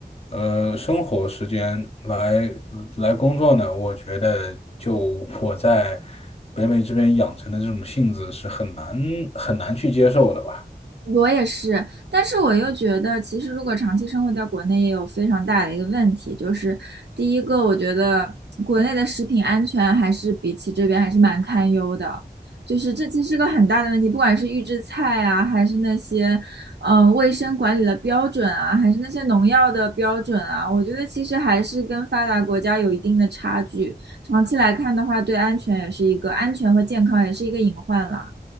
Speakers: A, on the left (about 35°); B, on the right (about 80°).
A: 呃生活时间来来工作呢？我觉得，就我在北美这边养成的这种性子是很难很难去接受的吧。
B: 我也是，但是我又觉得，其实如果长期生活在国内，也有非常大的一个问题，就是第一个，我觉得国内的食品安全还是比起这边还是蛮堪忧的，就是这其实是个很大的问题，不管是预制菜啊，还是那些嗯、呃卫生管理的标准啊，还是那些农药的标准啊，我觉得其实还是跟发达国家有一定的差距，长期来看的话，对安全也是一个安全和健康也是一个隐患了。